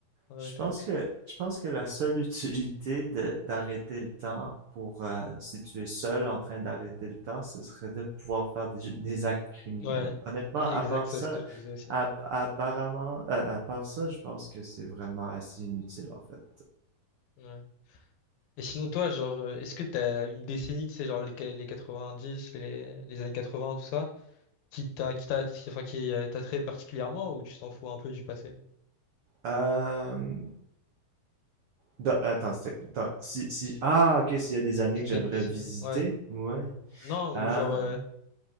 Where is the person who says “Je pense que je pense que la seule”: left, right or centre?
Right